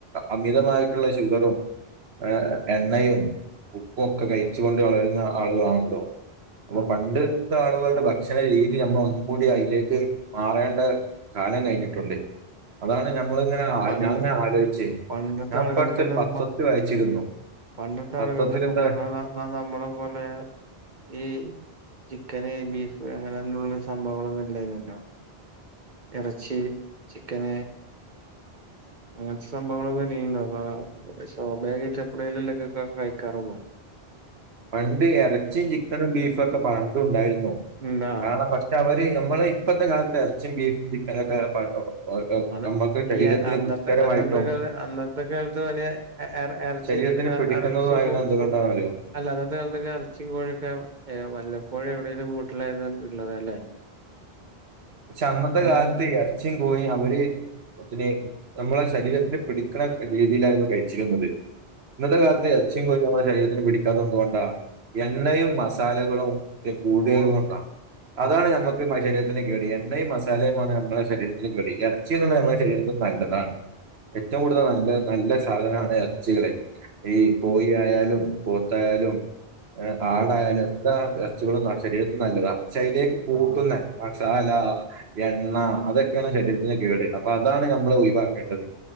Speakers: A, on the right; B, on the right.
A: അമിതമായിട്ടുള്ള ഷുഗറും ഏഹ് എണ്ണയും ഉപ്പു ഒക്കെ കഴിച്ചു കൊണ്ട് വളരുന്ന ആളുകളാണല്ലോ അപ്പ
B: ആഹ്
A: പണ്ട്ത്ത ആളുകളുടെ ഭക്ഷണ രീതി നമ്മളൊന്ന്‌ കൂടി അയിലേക്ക് മാറേണ്ട കാലം കഴിഞ്ഞിട്ടുണ്ട്. അതാണ് ഞമ്മളിങ്ങനെ ആ
B: പണ്ട്
A: ഞാൻങ്ങനെ ആലോയ്ച്ചേ
B: പണ്ടത്തെ
A: ഞാൻ
B: ആളുകൾക്കന്നെ
A: ഇപ്പട്ത്തൊരു പത്രത്തി
B: മ
A: വായിച്ചിരുന്നു.
B: പണ്ടത്തെ
A: പത്രത്തിൽ
B: ആളുകൾ ന്നൊക്കെ
A: എന്താ
B: പർഞ്ഞാ ത നമ്മള പോലെ ഈ ചിക്കന്, ബീഫ് അങ്ങനൊന്നുള്ള സംഭവങ്ങളൊന്നു ഇല്ലായിന്നല്ലോ? എറച്ചി, ചിക്കന് അങ്ങൻത്തെ സംഭവങ്ങളൊന്നും ലീവ് <unintelligible> സ്വഭാവികായിട്ട് എപ്പളേലു അല്ലെ ക കഴിക്കാറുള്ളു.
A: പണ്ട് എറച്ചിം ചിക്കനും ബീഫും ഒക്കെ പണ്ടു ഉണ്ടായിരുന്നു.
B: ഉണ്ടാ
A: കാരണം പ ക്ഷ അവര് നമ്മള് ഇപ്പത്തെ കാലത്ത് എറച്ചിം ബീഫും ചിക്കന് ഒക്കെ പ പ- പ-
B: അതെ
A: നമുക്ക് ശരീരത്തിന്
B: ഈ അന്നത്തെ,
A: ദുഷ്കരമായിട്ടും
B: അന്നത്തെ കാല അന്നത്തെ കാലത്ത് വെരെ എറ എറ
A: ശരീരത്തിന്
B: ച്ചി, ചിക്കനും
A: പിടിക്കുന്നതുമായിരുന്നു
B: എറച്ചിം കു
A: എന്തുകൊണ്ടാണെന്ന്
B: കു
A: അറിയോ
B: അല്ല അന്നത്തെ കാലത്തൊക്കെ എറച്ചിം കോഴൊക്കെ ഏഹ് വല്ലപ്പോഴെ എവിടെലും വീട്ടിലായിര്ന്നു ഇള്ളത് അല്ലേ?
A: പക്ഷെ, അന്നത്തെ
B: അന്നും
A: കാലത്ത് എറച്ചിം കോഴിം അവര് അപ്പോത്തിന് നമ്മളെ ശരീരത്തിന് പിടിക്ക്ണ രീതിയിലായിരുന്നു കഴിച്ചിരുന്നത്. ഇന്നത്തെ കാലത്ത് എറച്ചിം കോഴി ഒക്കെ നമ്മള ശരീരത്തിന് പിടിക്കാത്തത് എന്തുകൊണ്ടാ? എണ്ണയും മസാലകളും കൂടിയത്
B: കോ
A: കൊണ്ടാ, അതാണ്
B: ആഹ്
A: നമക്ക് മനുഷ്യ ശരീരത്തിന് കേട്. എ എണ്ണയും മസാലയുമാണ് നമ്മളെ ശരീരത്തിന് കേട്. എറച്ചി ന്ന്ള്ളെ നമ്മളെ
B: ആഹ്
A: ശരീരത്തിന് നല്ലതാണ്. ഏറ്റവും കൂടുതൽ നല്ല നല്ല സാധന ആണ് എറച്ചികള്. ഈ കോഴി യായാലും പോത്തായാലും ഏഹ് ആടായാലും
B: ആഹ്
A: എല്ലാ എറച്ചികളും ശരീരത്തിന് നല്ലതാണ്. പക്ഷെ അയിലേക്ക് കൂട്ടുന്ന
B: ആഹ്
A: മസാലാ, എണ്ണ അതൊക്കെയാണ് ശരീരത്തിന് കേട്. അപ്പ അതാണ് നമ്മള് ഒഴിവാക്കേണ്ടത്.